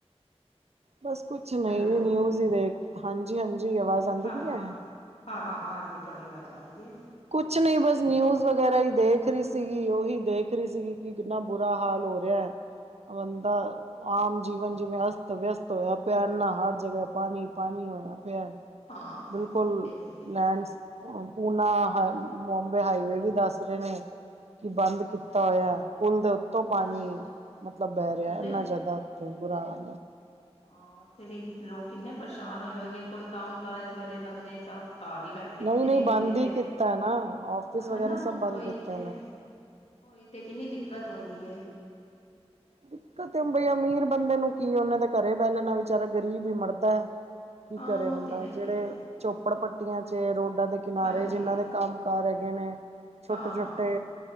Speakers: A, on the right (about 75°); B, on the left (about 75°).
A: ਬਸ, ਕੁਛ ਨਹੀਂ
B: ਹੈਲੋ
A: ਨਿਊਜ਼ ਹੀ ਦੇਖ, ਹਾਂਜੀ-ਹਾਂਜੀ, ਆਵਾਜ਼ ਆਉਂਦੀ
B: ਹਾਂ-ਹਾਂ,
A: ਪਈ ਹੈ
B: ਹਾਂ-ਹਾਂ, ਆ ਰਹੀ ਹੈ। ਤੁਹਾਡੀ ਆਵਾਜ਼ ਆ ਰਹੀ ਹੈ।
A: ਕੁਛ ਨਹੀਂ, ਬਸ ਨਿਊਜ਼ ਵਗੈਰਾ ਹੀ ਦੇਖ ਰਹੀ ਸੀਗੀ। ਉਹੀ ਦੇਖ ਰਹੀ ਸੀਗੀ ਕਿ ਇੰਨਾ ਬੁਰਾ ਹਾਲ ਹੋ ਰਿਹਾ ਹੈ। ਬੰਦਾ ਆਮ ਜੀਵਨ ਜਿਵੇਂ ਅਸਤ ਵਿਅਸਤ ਹੋਇਆ ਪਿਆ। ਇੰਨਾ ਹਰ ਜਗ੍ਹਾ ਪਾਣੀ ਪਾਣੀ ਹੋਇਆ ਪਿਆ।
B: ਹਾਂ
A: ਬਿਲਕੁਲ
B: ਉਹ ਤਾਂ ਹੈ ਹੀ ਹੈ
A: ਲੈਂਡਸ। ਪੂਨਾ, ਬੰਬੇ ਹਾਈਵੇ ਵੀ ਦੱਸ ਰਹੇ ਨੇ। ਕਿ ਬੰਦ
B: ਅੱਛਾ
A: ਕੀਤਾ
B: ਜੀ
A: ਹੋਇਆ। ਪੁਲ ਦੇ ਉੱਤੋਂ ਪਾਣੀ
B: ਅੱਛਾ ਅੱਛਾ
A: ਮਤਲਬ, ਬਹਿ ਰਿਹਾ
B: ਅਰੇ
A: ਇੰਨਾ ਜ਼ਿਆਦਾ ਫਿਰ ਬੁਰਾ ਆ।
B: ਹਾਂ, ਉੱਥੇ ਦੀ ਲੋਕ ਕਿੰਨੇ ਪਰੇਸ਼ਾਨ ਹੋਏ। ਕੋਈ ਕੰਮ ਕਾਜ ਵਾਲੇੇ ਬੰਦੇ ਸਭ ਘਰ ਹੀ ਬੈਠੇ
A: ਨਹੀਂ
B: ਹੋਣੇ
A: ਨਹੀਂ
B: ਨੇ।
A: ਬੰਦ
B: ਕੋਈ ਕਿਧਰੇ
A: ਹੀ ਕੀਤਾ ਨਾ ਆਫਿਸ ਵਗੈਰਾ
B: ਹਨਾ,
A: ਸਭ
B: ਉਹੀ
A: ਬੰਦ ਕੀਤੇ
B: ਤੇ
A: ਨੇ
B: ਉਹੀ ਤੇ ਕਿੰਨੀ ਦਿੱਕਤ ਆਉਂਦੀ।
A: ਦਿੱਕਤ, ਉਹੀ ਈ ਅਮੀਰ ਬੰਦੇ ਨੂੰ ਕੀ ਉਹਨਾਂ ਦੇ ਘਰੇ ਬਹਿ ਲੈਣਾ। ਵਿਚਾਰਾ ਗਰੀਬ ਹੀ ਮਰਦਾ ਹੈ। ਕੀ
B: ਹਾਂ
A: ਕਰੇ, ਬੰਦਾ
B: ਉਹ ਤੇ ਹੈ ਹੀ
A: ਜਿਹੜੇ
B: ਹੈ
A: ਚੋਪੜ ਪੱਟੀਆਂ ਚ ਰੋਡਾਂ ਦੇ ਕਿਨਾਰੇ
B: ਹਾਂਜੀ
A: ਜਿਨਾਂ ਦੇ ਕੰਮ ਕਾਰ ਹੈਗੇ ਨੇ। ਛੋਟੇ-ਛੋਟੇ
B: ਹਾਂ ਹਾਂ